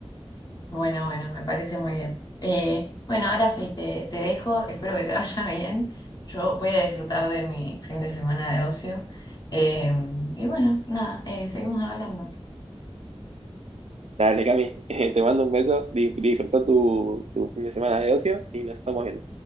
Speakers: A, on the left (about 40°); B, on the right (about 85°).
A: Bueno, bueno, me parece muy bien. Eh, bueno, ahora sí te, te dejo, espero que te <laughs> vaya bien. Yo voy a disfrutar de mi fin de semana de ocio. Eh, y bueno, nada, eh, seguimos hablando.
B: Dale, Cami, <laughs> te mando un beso, di- disfruta tu, tu fin de semana de ocio y nos estamos viendo.